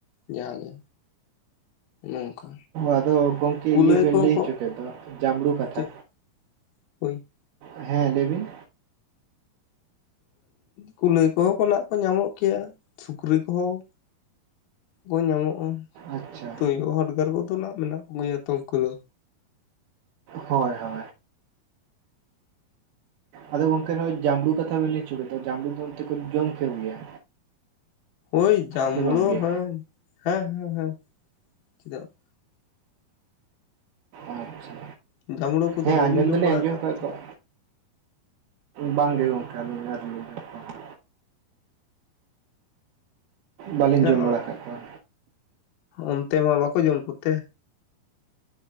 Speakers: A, on the left; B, on the right.
A: ᱡᱟᱸᱦᱟᱸ ᱜᱮ᱾ ᱱᱚᱝᱠᱟ᱾
B: ᱟᱫᱚ ᱜᱚᱝᱠᱮ
A: ᱠᱩᱞᱟᱹᱭ
B: ᱤᱭᱟᱹ ᱵᱮᱱ
A: ᱠᱚ
B: ᱞᱟᱹᱭ
A: ᱠᱚ
B: ᱦᱚᱪᱚ ᱠᱮᱫ ᱫᱚ ᱡᱟᱢᱲᱩ ᱠᱟᱛᱷᱟ
A: ᱪᱮᱫ ᱦᱳᱭ,
B: ᱦᱮᱸ ᱞᱟᱹᱭ ᱵᱤᱱ᱾
A: ᱠᱩᱞᱟᱹᱭ ᱠᱚᱦᱚᱸ ᱠᱚ ᱱᱟᱸᱜ ᱠᱚ ᱧᱟᱢᱚᱜ ᱜᱮᱭᱟ ᱥᱩᱠᱨᱤ ᱠᱚᱦᱚᱸ ᱠᱚ ᱧᱟᱢᱚᱜ-ᱟ,
B: ᱟᱪᱪᱷᱟ
A: ᱛᱩᱭᱩ ᱦᱟᱰᱜᱟᱨ ᱠᱚᱫᱚ ᱱᱟᱸᱜ ᱢᱮᱱᱟᱜ ᱠᱚᱜᱮᱭᱟ ᱛᱚ ᱩᱱᱠᱩ ᱫᱚ᱾
B: ᱦᱳᱭ ᱦᱳᱭ, ᱟᱫᱚ ᱜᱚᱝᱠᱮ ᱱᱚᱜ-ᱚᱭ ᱡᱟᱢᱵᱽᱲᱩ ᱠᱟᱛᱷᱟ ᱵᱤᱱ ᱞᱟᱹᱭ ᱦᱚᱪᱚ ᱠᱮᱫ ᱫᱚ ᱡᱟᱢᱵᱽᱲᱩ ᱫᱚ ᱚᱱᱛᱮ ᱠᱚ ᱡᱚᱢ ᱠᱚ ᱜᱮᱭᱟ?
A: ᱳᱭ ᱡᱟᱢᱵᱽᱲᱳ
B: ᱥᱮ ᱵᱟᱝᱜᱮ
A: ᱦᱮᱸ ᱦᱮᱸ ᱦᱮᱸ ᱦᱮᱸ ᱪᱮᱫᱟ ᱵᱟ
B: ᱟᱪᱪᱷᱟ,
A: ᱡᱟᱢᱲᱳ ᱠᱚᱫᱚ
B: ᱦᱮᱸ
A: ᱵᱟᱹᱵᱤᱱ
B: ᱟᱸᱡᱚᱢ
A: ᱡᱚᱢ
B: ᱫᱚᱞᱤᱧ
A: ᱵᱟᱲᱟ
B: ᱟᱸᱡᱚᱢ
A: ᱟᱠᱟᱫ
B: ᱠᱟᱫ
A: ᱛᱮ
B: ᱠᱚᱣᱟ᱾ ᱵᱟᱝᱜᱮ ᱜᱚᱝᱠᱮ <unintelligible> ᱵᱟᱹᱞᱤᱧ
A: ᱪᱮᱫᱟᱜ
B: ᱡᱚᱢ ᱵᱟᱲᱟ ᱟᱠᱟᱫ ᱠᱚᱣᱟ᱾
A: ᱚᱱᱛᱮ ᱢᱟ ᱵᱟᱠᱚ ᱡᱚᱢ ᱠᱚᱛᱮ?